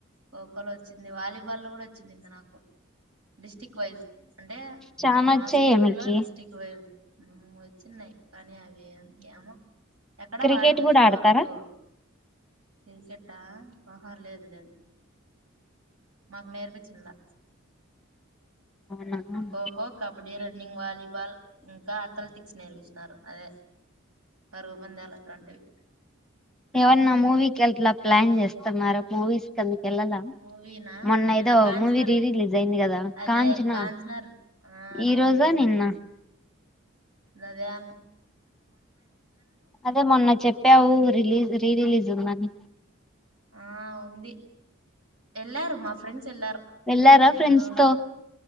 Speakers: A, on the right; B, in the centre.
A: తో వచ్చింది వాలీబాల్ కూడా వచ్చిందింది నాకు డిస్టిక్ వైజ్ అంటే
B: చానా
A: మా
B: వచ్చాయా
A: స్కూ
B: మీకి
A: లో డిస్టిక్ట్ వైజ్ వచ్చినినయి కానీ అవి ఏమో అడ
B: క్రికెట్
A: వాడిలా
B: కూడా
A: ఎంతవరకు
B: ఆడతారా
A: ఇన్సేట్ట ఆహా లేదు లేదు మాకు నేర్పించిండ్లా
B: అవునా
A: ఖోఖో కబడ్డీ రన్నింగ్ వాలీబాల్ ఇంకా అథ్లెటిక్స్ నేర్పిచినారు అదే పరుగు పందాలు అట్లాంటివి
B: ఏమన్నా మూవీకి అట్లా ప్లాన్ చేస్తున్నారా మూవీస్ కేల్ ఏళ్లల
A: మూవీనా
B: మొన్నైదో
A: నిన్న కాంచనా
B: మూవీ రీ రిలీజ్ అయింది కదా
A: అదే
B: కాంచనా
A: కాంచర్ ఆ రీ
B: ఈ రోజా
A: రిలీజ్
B: నిన్న
A: అయింది నాదేము
B: అదే మొన్న చెప్పావు రిలీజ్ రీ రిలీజ్ ఉందని
A: ఆ ఉంది ఎల్లారు మా ఫ్రెండ్స్ ఏల్లారు
B: వెళ్ళారా
A: నేన్
B: ఫ్రెండ్స్
A: వేలేలే
B: తో